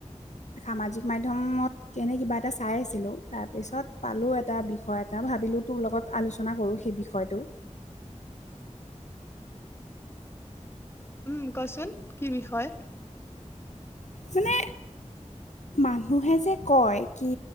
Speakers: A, on the left; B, on the left.
A: সামাজিক মাধ্যমত এনে কিবা এটা চাই আছিলো তাৰ পিছত পালো এটা বিষয় এটা ভাবিলো তোৰ লগত আলোচনা কৰোঁ সেই বিষয়টো।
B: উম কচোন কি বিষয়?
A: মানে মানুহে যে কয় কি